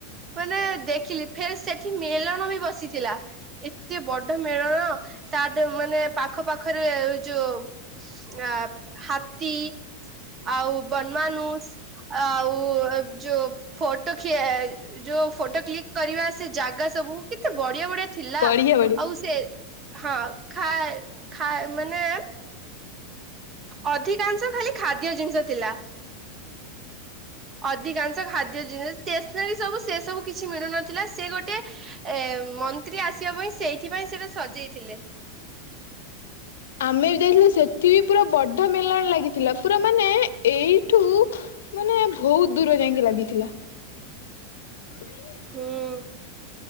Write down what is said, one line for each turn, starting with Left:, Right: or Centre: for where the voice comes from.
Right: ମାନେ ଦେଖିଲି, ଫେର ସେଠି ମେଲଣ ବି ବସିଥିଲା। ଏତେ ବଡ ମେଳଣ ତା ମାନେ ପାଖ ପାାଖରେ ଯୋଉ ଆ ହାତୀ, ଆଉ ବନମାନୁସ, ଆଉ ଯୋଉ ଫଟୋ ଯୋଉ ଖିଆ ଫଟୋ କ୍ଲିକ କରିବା ସେ ଜାଗା ସବୁ କେତେ ବଢିଆ ବଢିଆ ଥିଲା।
Left: ବଢିଆ ବଢିଆ
Right: ଆଉ ସିଏ, ହଁ ଖାଏ ଖାଏ ମାନେ ଅଧିକାଂଶ ଖାଲି ଖାଦ୍ୟ ଜିନିଷ ଥିଲା। ଅଧିକାଂଶ ଖାଦ୍ୟ ଜିନିଷ, ଷ୍ଟେସନାରୀ ସବୁ ସେ ସବୁ କିଛି ମିଳୁନଥିଲା। ସେ ଗୋଟେ ଏ ମନ୍ତ୍ରୀ ଆସିବା ପାଇଁ ସେଇଥି ପାଇଁ ସେଇଟା ସଜେଇଥିଲେ।
Left: ଆମେ ବି ଯାଇଥିଲୁ ସେଠି ବି ପୁରା ବଡ଼ ମେଲାଣ ଲାଗିଥିଲା। ପୁରା ମାନେ ଏଇଠୁ ମାନେ ବହୁତ ଦୂର ଯାଇଁକି ଲାଗିଥିଲା। ହଁ। <unintelligible>
Right: ହୁଁ,